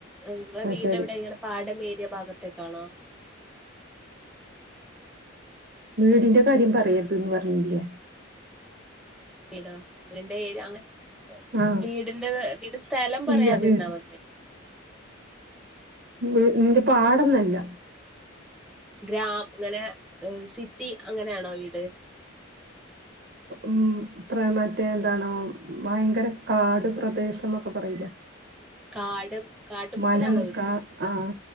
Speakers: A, in the centre; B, on the right.
A: ങ്ങളെ
B: ആ
A: വീടെവ്ടെ
B: ശരി
A: ങ്ങനെ പാടം ഏ പുന്റെ ഭാഗത്തേ കാണാം
B: വീടിന്റെ കാര്യം പറയരുത്ന്ന് പറഞ്ഞില്ലേ
A: ടോ നിന്റെ രി അങ്ങനെ
B: ആ
A: വീടിന്റെ വീട് സ്ഥലം പറയാതിരുന്നാ
B: ഇല്ല വീട്
A: മതിയ
B: നിന്റെ പാടൊന്നല്ല
A: ഗ്രാം അങ്ങനെ സിറ്റി അങ്ങനെയാണോ വീട്
B: ഉം പ്ര മറ്റേ എന്താണോ ഭയങ്കര കാട് പ്രദേശന്നൊക്കെ പറയില്ലേ
A: കാടും കാട്ടുമുക്കിലാണോ
B: മനം
A: വീട്
B: കാ ആഹ്